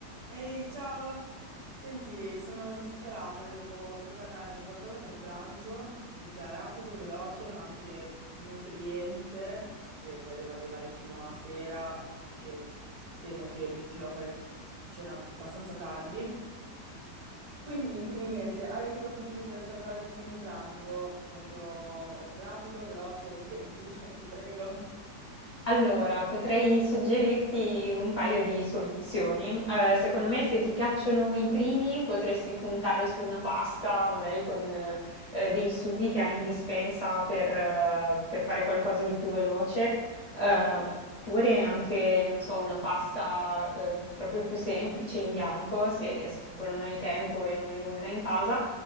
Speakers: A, on the right; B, on the left.
A: Ehi, ciao! Senti, sono disperata, devo prepararmi qualcosa per pranzo che sia rapido, veloce, ma anche nutriente, che poi devo arrivare fino a sera e temo che riuscirò a fare cena abbastanza tardi. Quindi, quindi niente, hai dei consigli per salvare questo mio pranzo? Proprio rapido, veloce e semplice, <laughs> ti prego.
B: Allora, potrei suggerirti un paio di soluzioni. Eh, secondo me, se ti piacciono i primi, potresti puntare su una pasta, magari con eh, dei sughi che hai in dispensa per, eh, per fare qualcosa di più veloce, ehm, oppure anche, non so, una pasta eh, proprio più semplice in bianco, se, se proprio non hai tempo e non hai nulla in casa